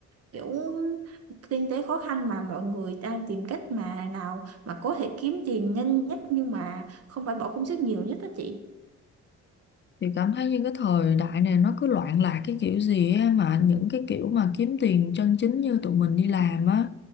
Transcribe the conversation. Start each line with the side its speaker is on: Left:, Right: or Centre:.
Right: kiểu kinh tế khó khăn mà mọi người đang tìm cách mà nào mà có thể kiếm tiền nhanh nhất nhưng mà không phải bỏ công sức nhiều nhất đó chị.
Left: Chị cảm thấy như cái thời đại này nó cứ loạn lạc cái kiểu gì á mà những cái kiểu mà kiếm tiền chân chính như tụi mình đi làm á